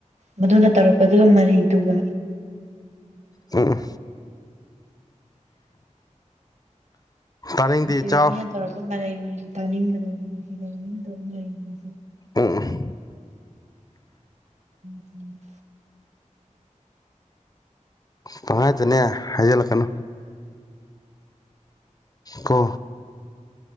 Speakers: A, on the right (about 60°); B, on the left (about 30°).
A: ꯃꯗꯨꯅ ꯇꯧꯔꯛꯄꯗꯨꯒ ꯃꯔꯩꯗꯨꯒꯥ
B: ꯎ ꯇꯥꯅꯤꯡꯗꯦ
A: ꯅꯨꯡꯁꯤꯕ
B: ꯏꯆꯥꯎ
A: ꯃꯤꯅ ꯇꯧꯔꯒ ꯃꯔꯩ ꯃꯔꯩꯁꯤ ꯇꯥꯅꯤꯡꯒꯗꯧꯕꯅꯤ ꯅꯨꯉꯁꯤꯗꯕ ꯃꯤꯅ ꯇꯧꯕ ꯃꯔꯩꯅꯤ
B: ꯎꯝ
A: ꯎꯝ
B: ꯊꯉꯥꯏꯇꯦꯅꯦ ꯍꯥꯏꯩꯂꯛ ꯀꯅꯨ ꯀꯣ